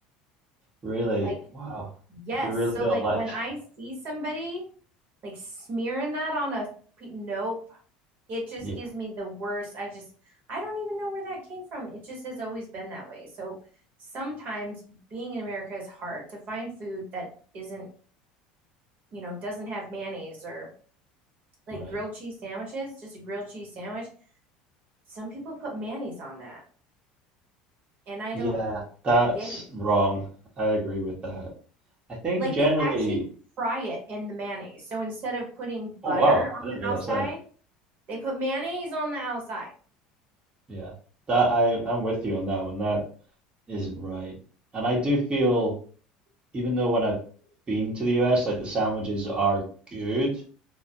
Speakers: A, on the right; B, on the right.
A: really.
B: Like
A: Wow.
B: yes.
A: You really
B: So
A: don't
B: like
A: like.
B: when I
A: <laughs>
B: see somebody like smearing that on a pe- nope, it just
A: Yeah,
B: gives me the worst. I just I don't even know where that came from. It just has always been that way. So sometimes being in America is hard to find food that isn't you know, doesn't have mayonnaise or like
A: right.
B: grilled cheese sandwiches, just a grilled cheese sandwich. Some people put mayonnaise on that, and I
A: Yeah,
B: don't
A: that's
B: get it.
A: wrong. I agree with that. I think
B: Like
A: generally.
B: they actually fry it in the mayonnaise. So instead of putting
A: Oh,
B: butter
A: wow.
B: on
A: I didn't
B: the
A: realize
B: outside,
A: that.
B: they put mayonnaise on the outside.
A: Yeah, that I I'm with you on that one. That isn't right. And I do feel, even though when I've been to the US, like the sandwiches are good.